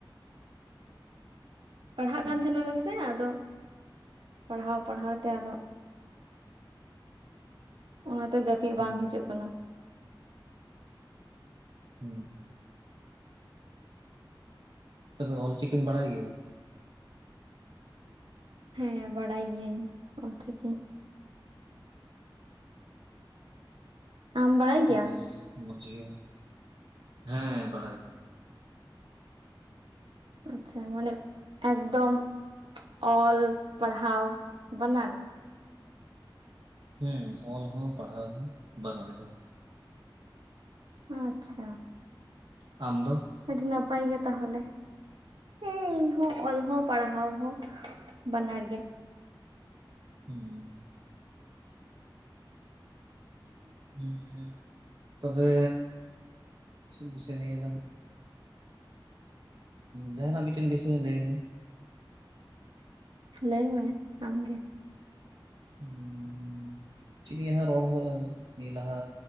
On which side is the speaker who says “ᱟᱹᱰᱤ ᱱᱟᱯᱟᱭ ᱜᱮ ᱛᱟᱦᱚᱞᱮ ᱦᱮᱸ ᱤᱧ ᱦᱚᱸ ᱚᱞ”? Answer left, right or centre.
Right